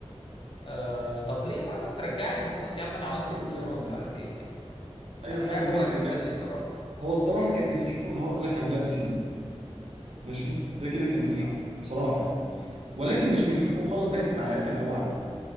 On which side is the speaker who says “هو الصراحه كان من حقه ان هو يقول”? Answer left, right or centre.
Right